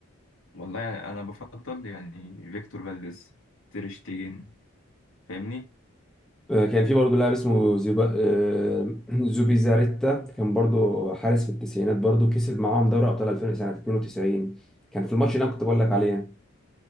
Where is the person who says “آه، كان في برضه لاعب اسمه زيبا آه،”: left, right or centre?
Centre